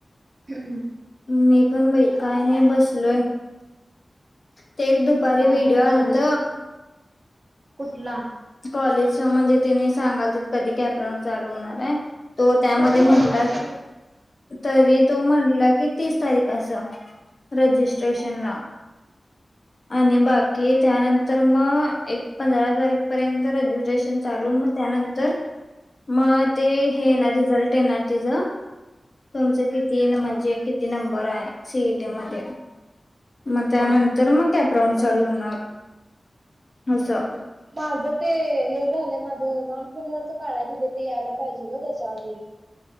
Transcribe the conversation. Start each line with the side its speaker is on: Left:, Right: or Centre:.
Right: ह.
Left: मी पण बाई. काय नाही बसलोय. ते एक दुपारी
Right: काय
Left: व्हिडिओ
Right: म्हणे
Left: आलत.
Right: कॉलेज ते कुठला.?
Left: कॉलेज म्हणजे तेनी सांगालतीत. कधी कॅप्रम चालू होणार आहे. तो त्यामध्ये
Right: कधी
Left: म्हटला
Right: आहे ग ते मी
Left: तरी तो म्हटला की तीस तारीख अस रजिस्ट, स्टेशनला. आणि बाकी त्यानंतर मग एक पंधरा तारीख. पर्यंत रजिस्ट्रेशन चालू मग त्यानंतर. मग ते हे येणार. रिझल्ट येणार तिज तुमच. किती म्हणजे
Right: हा
Left: किती नंबर आहे सीईटी मध्ये. मग त्यानंतर
Right: हा हा.
Left: मग कॅपराऊंड चालू होणार असं.
Right: माझं ते हे झालं माझ नॉन क्रिमिनलच. काढाय दिले ते यायला पाहिजे ग. त्याच्याआधी.